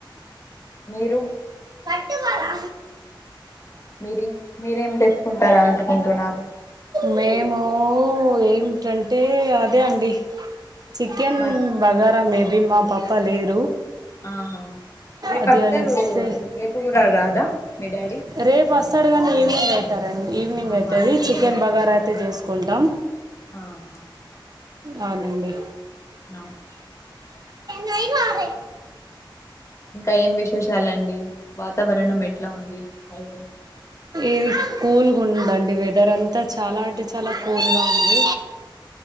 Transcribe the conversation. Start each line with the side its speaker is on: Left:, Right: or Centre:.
Left: మీరు
Right: పట్టువాల
Left: మీరే మీరేం తెచ్చుకుంటారా అంటుకుంటున్నారు
Right: మేము ఏటంటే అదే అండి చికెన్
Left: మ
Right: బగారా మేబీ మా పప్ప లేరు
Left: ఆహా రేపు
Right: అది
Left: అస్తరు
Right: అనిస్తే
Left: రేపు కూర రాదా మీ డాడీ
Right: రేపు వస్తాడు కానీ ఈవినింగ్ అయితారండి ఈవినింగ్
Left: ఆహా
Right: అయితది
Left: ఈవినింగ్
Right: చికెన్ బగారా అయితే చేసుకు కుంటాం
Left: ఆహ
Right: అవునండి
Left: అవును
Right: నైహూ ఆర్ఐ
Left: ఇంకా ఏం విశేషాలండి వాతావరణం ఎట్లా ఉంది రై
Right: ఇవి కూల్గా ఉందండి వెదర్ అంతా చాలా అంటే చాలా కూల్గా ఉంది